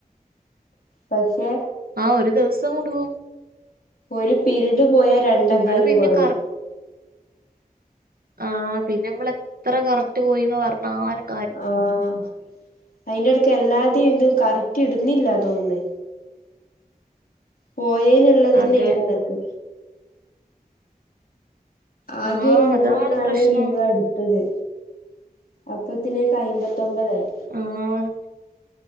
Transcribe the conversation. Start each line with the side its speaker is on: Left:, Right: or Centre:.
Left: പക്ഷെ
Right: ആഹ് ഒരു ദിവസം കൊണ്ട് പോവും.
Left: ഒരു പിരിഡ് പോയാ രണ്ടെങ്ങാനും
Right: നമ്മള് പിന്നെ
Left: കൊറയും.
Right: കറ ആഹ് പിന്നെമ്മള് എത്ര കറക്റ്റ് പോയീന്ന് പർഞ്ഞാലും.
Left: ആഹ്, അയിന്റെട്ക്ക് എല്ലാര്ടെ ഇതും കറക്റ്റിടുന്നില്ല തോന്നുന്ന്. പോയേന്ള്ളതന്നെ
Right: അതെ
Left: ഇല്ല എനക്ക്. ആകെ
Right: ആ
Left: ഒരു മൂന്നോ
Right: അതാണ്
Left: നാലോ
Right: പ്രശ്നം
Left: ലീവാ എട് ത്തത്. അപ്പത്തിനേക്ക് അയ്മ്പത്തൊമ്പതായി.
Right: ആഹ്